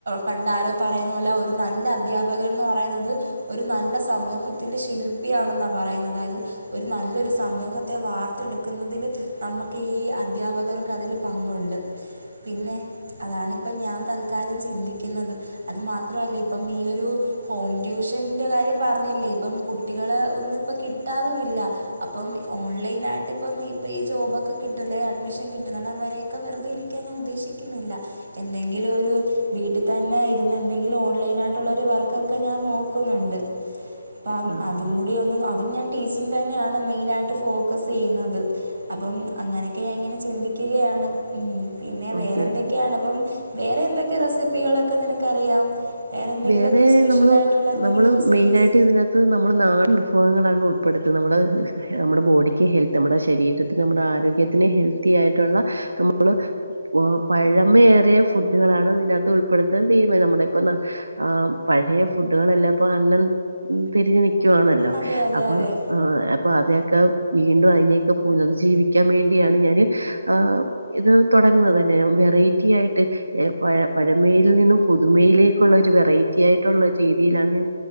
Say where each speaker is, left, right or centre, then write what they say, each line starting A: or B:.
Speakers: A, on the right (about 55°); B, on the right (about 70°).
A: പണ്ടാരോ പറയുന്ന പോലെ ഒരു നല്ല അധ്യാപകൻന്ന് പറയുന്നത് ഒരു നല്ല സമൂഹത്തിന്റെ ശില്പിയാണെന്നാ പറയുന്നത് അതായത് ഒരു നല്ലൊരു സമൂഹത്തെ വാർത്തെടുക്കുന്നതിൽ നമുക്ക് ഈ അദ്ധ്യാപകർക്ക് അതിൽ പങ്കുണ്ട് പിന്നെ അതാണിപ്പം ഞാൻ തൽക്കാലം ചിന്തിക്കുന്നത് അത് മാത്രല്ല ഇപ്പം ഈ ഒരു ഹോം ട്യൂഷന്റെ കാര്യം പറഞ്ഞില്ലേ ഇപ്പം കുട്ടികള ഒന്നും ഇപ്പം കിട്ടാറുല്ലാ അപ്പം ഓൺലൈനായിട്ട് ഇപ്പം ഇപ്പം ഈ ജോബൊക്കെ കിട്ടൂലെ അഡ്മിഷൻ കിട്ടുന്നണം വരെക്കെ വെറുതെ ഇരിക്കാൻ ഞാൻ ഉദ്ദേശിക്കുന്നില്ല എന്തെങ്കിലും ഒരു വീട്ടിൽ തന്നെ ഇരുന്ന് എന്തെങ്കിലും ഓൺലൈൻ ആയിട്ടുള്ളരു വർക്കൊക്കെ ഞാൻ നോക്കുന്നുണ്ട് അപ്പം
B: ആഹ്
A: അതും കൂടി ഒന്നും അതും ഞാൻ ടീച്ചിങ് തന്നെയാണ് മൈനായിട്ടു ഫോക്കസ് ചെയ്യുന്നത് അപ്പം അങ്ങന ഞാൻ ഇങ്ങനെ ചിന്തിക്കുകയാണ് ഉം പിന്നെ
B: ഓക്കെ
A: വേറേന്തൊക്കെയാണ്
B: ഓക്കെ
A: അപ്പം വേറെന്തൊക്കെ റെസിപ്പികളൊക്കെ നിനക്കറിയാം എന്തെങ്കിലുമൊക്കെ
B: വേറെ
A: സ്പെഷ്യലായിട്ടുള്ള
B: നമ്മള്
A: എന്തെങ്കിലും
B: നമ്മള്
A: റെസിപ്പീസ്
B: മെയിനായിട്ട് ഇതിനകത്ത് നമ്മള് നാടൻ വിഭവങ്ങളാണ് ഉൾപ്പെടു <unintelligible> നമ്മള് നമ്മട ബോഡിക്ക് ഹെൽത്തി നമ്മട ശരീരത്തിന് നമ്മടെ ആരോഗ്യത്തിന് ഹെൽത്തി ആയിട്ടുള്ള നമ്മള് പഴമേറിയ ഫുഡുകളാണ് ഇതിനകത്ത് ഉൾപ്പെടുത്തൻ തീരുമ <unintelligible> ആ പഴയ ഫുഡുകളെല്ലാപ്പം അന്നം തിരിഞ്ഞു ന <inaudible> വാണല്ലോ
A: അതെ അതെ
B: അപ്പൊ
A: അതെ
B: അപ്പൊ അത ക്കാം വീണ്ടും അയിനെയൊക്കെ പുനർജീവിക്കാൻ വേണ്ടിയാണ് ഞാന് ആ ഇത് തൊടങ്ങുന്നത് തന്നെ വെറൈറ്റി ആയിട്ട് എ പഴമെയിൽ നിന്നും പുതുമയിലേക് ഫുള്ളൊരു വെറൈറ്റിയായിട്ടുള്ള രീതിയിലാണ് ഞാൻ